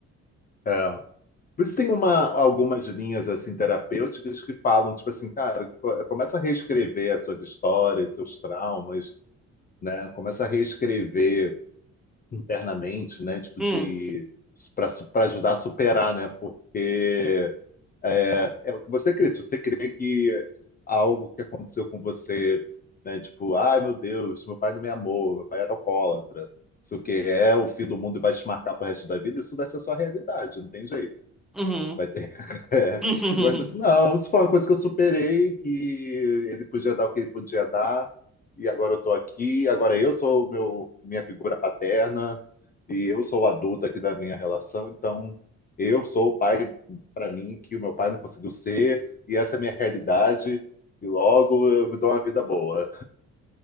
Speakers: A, on the left; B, in the centre.
A: É. Por isso tem uma, algumas linhas assim terapêuticas que falam, tipo assim, cara, co- começa a reescrever as suas histórias, seus traumas, né? Começa a reescrever internamente, né? Tipo
B: Hum,
A: de para ajudar a superar, né? Porque É, é o que você crê. Se você crê que algo que aconteceu com você, né, tipo, ai meu Deus, meu pai não me amou, meu pai era alcoólatra, isso que é o fim do mundo e vai te marcar pro resto da vida, isso deve ser a sua realidade, não tem jeito.
B: uhum.
A: Vai ter. <laughs> É.
B: <laughs>
A: Agora, tipo assim, não, isso foi uma coisa que eu superei, que ele podia dar o que ele podia dar, e agora eu tô aqui, agora eu sou o meu, minha figura paterna, e eu sou o adulto aqui da minha relação, então eu sou o pai para mim que o meu pai não conseguiu ser, e essa é a minha realidade, e logo eu me dou uma vida boa.